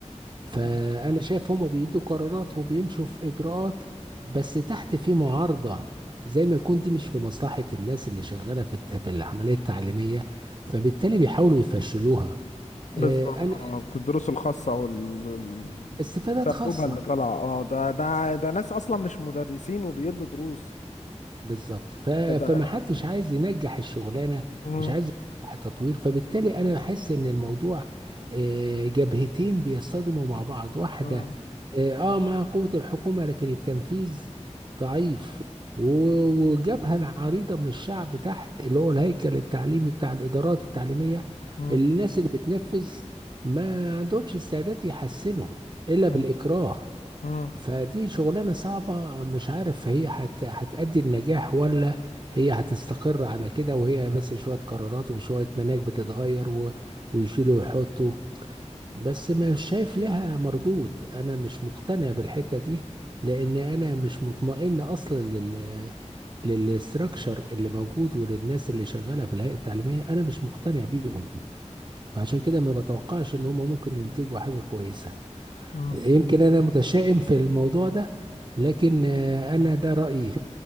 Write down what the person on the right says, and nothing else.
فأنا
شايف هما بيدوا قرارات وبيمشوا في إجراءات بس تحت في معارضة زي ما يكون دي مش في مصلحة الناس اللي شغالة في الت- في العملية التعليمية فبالتالي بيحاولوا يفشلوها
آه، أنا
استفادات
خاصة
بالظبط ف...
فما حدش عايز ينجح الشغلانه
مش عايز ينجح التطوير فبالتالي انا بحس ان الموضوع آه، جبهتين بيصطدموا مع بعض واحده
اه آه، مع قوه الحكومه لكن التنفيذ ضعيف و- وجبهه عريضه من الشعب تحت اللي هو الهيكل التعليمي بتاع الادارات التعليميه
الناس اللي بتنفذ ما عندهمش استعداد يحسنوا الا
بالاكراه
فدي شغلانة صعبة مش عارف هي هت... هتأدي النجاح ولا هي هتستقر على كده وهي بس شوية قرارات وشوية مناهج بتتغير و... ويشيلوا ويحطوا بس مش شايف لها مردود أنا مش مقتنع بالحتة دي لأن أنا مش مطمئن أصلا لل للستراكشر اللي موجود وللناس اللي شغالة في الهيئة التعليمية أنا مش مقتنع بيهم فعشان كده ما بتوقعش إن هم ممكن ينتجوا حاجة كويسة
يمكن انا متشائم في الموضوع ده لكن آه، انا ده رايي